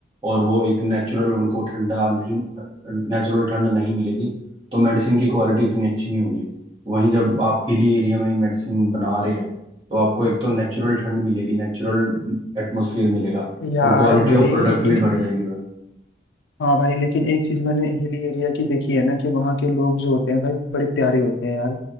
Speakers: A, on the right; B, on the left.
A: और वो एक नेचुरल उनको ठंडा नहीं नेचुरल ठंड नहीं मिलेगी तो मेडिसिन की क्वालिटी उतनी अच्छी नहीं होगी वहीं जब आप हिली एरिया में मेडिसिन बना रहे हैं तो आपको एक तो नेचुरल ठंड मिलेगी नेचुरल एटमोसफियर मिलेगा
B: यार
A: और क्वालिटी
B: भाई
A: ऑफ प्रोडक्ट
B: लेकिन
A: भी बढ़ जाएगी भाई।
B: हाँ भाई लेकिन एक चीज मैंने हिल एरिया की देखी है ना कि वहाँ के लोग जो होते हैं भाई बड़े प्यारे होते हैं यार